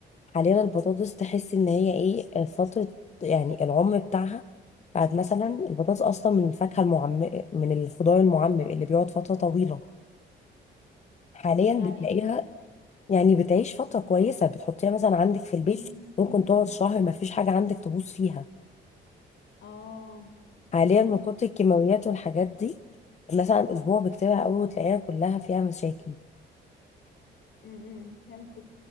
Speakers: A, on the left; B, on the left.
A: حاليا البطاطس تحس ان هي ايه فترة يعني العمر بتاعها بعد مثلا البطاطس اصلا من الفاكهة المعمر من الخضار المعمر اللي بيقعد فترة طويلة حاليا
B: يعني
A: بتلاقيها
B: ايه في
A: يعني بتعيش فترة كويسة بتحطيها مثلا عندك في البيت
B: مم،
A: ممكن
B: مم.
A: تقعد شهر ما فيش حاجة عندك تبوظ فيها
B: اه
A: حاليا
B: فهمت
A: من كتر الكيماويات والحاجات دي مثلا أسبوع بكتيرها قوي وتلاقيها كلها فيها مشاكل
B: امم فهمتك